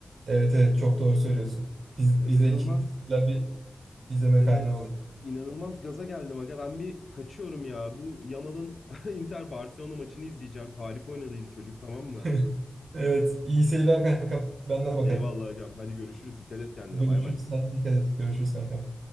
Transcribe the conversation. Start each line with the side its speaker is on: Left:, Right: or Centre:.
Right: Evet evet çok doğru söylüyorsun. Biz,
Left: Aga, İnanılmaz
Right: bizler için çok güzel bir izleme
Left: Evet.
Right: kaynağı oluyor.
Left: inanılmaz gaza geldim aga. Ben bir kaçıyorum ya. Bu Yamal'ın <laughs> Inter Barcelona maçını izleyeceğim. Harika oynadıydı çocuk tamam mı?
Right: <laughs> Evet, iyi seyirler kankam. Ben de bakarım.
Left: Eyvallah agam. Hadi görüşürüz. Dikkat et kendine.
Right: Görüşürüz.
Left: Bay bay.
Right: Sen de dikkat et. Görüşürüz kankam.